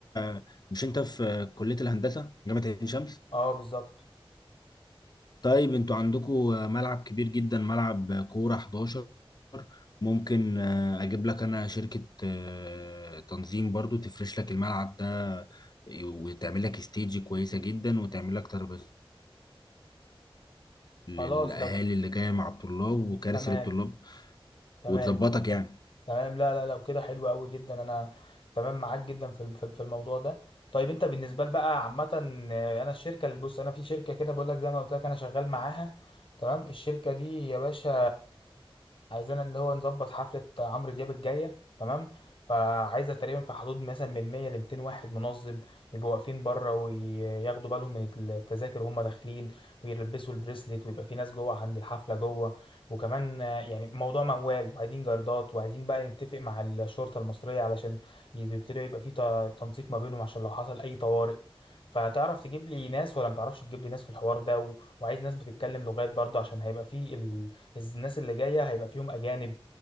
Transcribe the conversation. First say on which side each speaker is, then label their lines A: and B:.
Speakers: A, on the left; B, on the left.
A: آه، مش انت في كليه الهندسه جامعه عين شمس
B: اه بالظبط
A: طيب انتوا عندكم ملعب كبير جدا ملعب كوره 11 ممكن آه، اجيب لك انا شركه آه، تنظيم برضو تفرش لك الملعب ده آه، وتعمل لك استيج كويسه جدا وتعمل لك ترابيزات للاهالي
B: خلاص لو
A: اللي جايه مع الطلاب وكراسي
B: تمام
A: للطلاب
B: تمام
A: وتظبطك يعني
B: تمام لا لا لو كده حلو قوي جدا انا تمام معاك جدا في ال- في ال- في الموضوع ده طيب انت بالنسبه لي بقى عامه آه، انا الشركه اللي بص انا في شركه كده بقول لك زي ما قلت لك انا شغال معاها تمام الشركه دي يا باشا عايزانا اللي هو نظبط حفله عمرو دياب الجايه تمام فعايزه تقريبا في حدود مثلا من 100 ل 200 واحد منظم يبقوا واقفين بره وياخدوا بالهم من التذاكر وهم داخلين ويلبسوا البريسلت ويبقى في ناس جوه عند الحفله جوه وكمان آه، يعني موضوع موال وعايزين جردات وعايزين بقى نتفق مع الشرطة المصرية علشان يبتدي يبقى في ت- تنسيق ما بينهم عشان لو حصل أي طوارئ فتعرف تجيب لي ناس ولا متعرفش تجيب لي ناس في الحوار ده و... وعايز ناس بتتكلم لغات برضه عشان هيبقى في ال... الناس اللي جاية هيبقى فيهم أجانب